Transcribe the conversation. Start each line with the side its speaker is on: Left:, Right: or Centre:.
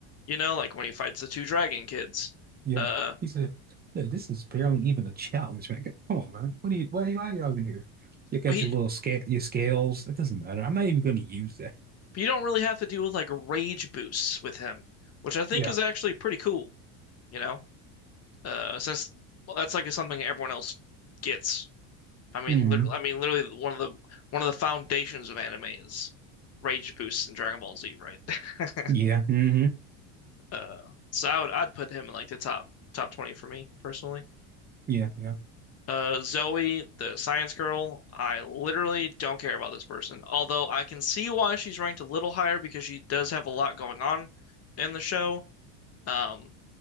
Left: you know, like when he fights the two dragon kids.
Right: Yeah.
Left: Uh,
Right: He said, "Look, this is barely even a challenge, man. Come on, man. What are you, why, why are y'all even here? You got
Left: but he
Right: your little scale, your scales. It doesn't matter. I'm not even going to use that.
Left: you don't really have to deal with like rage boosts with him, which I think
Right: Yeah.
Left: is actually pretty cool, you know? Uh, since well, that's like something everyone else gets. I mean,
Right: hmm
Left: literally, I mean, literally one of the one of the foundations of anime is rage boosts in Dragon Ball Z, right? <laughs>
Right: Yeah. hmm
Left: Uh, so I would I'd put him in like the top top 20 for me personally.
Right: Yeah. Yeah.
Left: Uh, Zoe, the science girl, I literally don't care about this person. Although I can see why she's ranked a little higher because she does have a lot going on in the show, um,